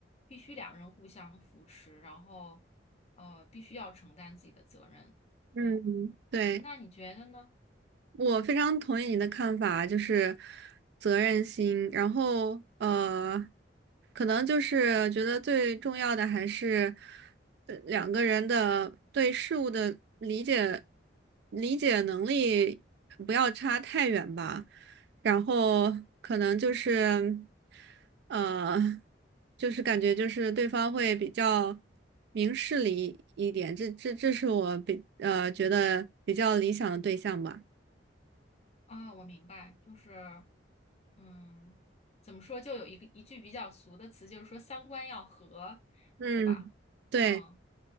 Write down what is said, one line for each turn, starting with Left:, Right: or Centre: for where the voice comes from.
Left: 必须两人互相扶持，然后呃，必须要承担自己的责任。
Right: 嗯，
Left: 对，
Right: 对。
Left: 嗯那你觉得呢？
Right: 我非常同意你的看法，就是责任心，然后呃，可能就是觉得最重要的还是呃两个人的对事物的理解理解能力不要差太远吧，然后可能就是呃，就是感觉就是对方会比较明事理一点，这这这是我比呃觉得比较理想的对象吧。
Left: 啊，我明白，就是，嗯，怎么说，就有一个一句比较俗的词，就是说三观要合，
Right: 嗯，
Left: 是吧？
Right: 对，
Left: 嗯